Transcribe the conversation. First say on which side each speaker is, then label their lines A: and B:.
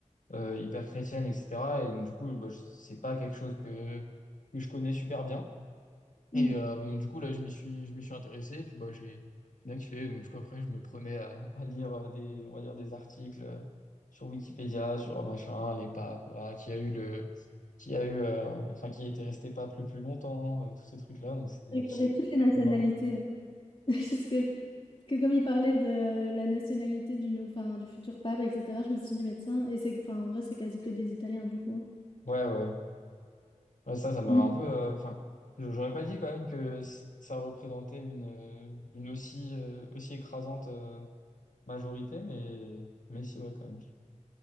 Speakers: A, on the left; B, on the left.
A: euh, hyper chrétienne, etc. Et donc, du coup, bah, je- c'est pas quelque chose que, que je connais super bien. Et
B: Mm.
A: euh, donc, du coup, là, je m'y suis, je m'y suis intéressé. Et puis, bah, j'ai bien kiffé. Donc, du coup, après, je me prenais à, à lire euh, des, on va dire, des articles euh, sur Wikipédia, sur euh, machin, les papes, ah, qui a eu le, qui a eu, euh, enfin, qui était resté pape le plus longtemps, euh, tous ces trucs-là. Donc, c'était
B: J'ai regardé
A: <laughs>
B: toutes les nationalités,
A: marrant.
B: ouais. <laughs> jusque que comme il parlait de la nationalité du, nou- enfin, du futur pape, etc., je me suis dit, mais tiens, et c'est, enfin, en vrai, c'est quasi que des Italiens, du coup.
A: Ouais, ouais. Ouais, ça, ça m'avait
B: Mais,
A: un peu. euh, Enfin, je- j'aurais pas dit quand même que c- ça représentait une, euh, une aussi, euh, aussi écrasante euh, majorité, mais, mais si, ouais, quand même.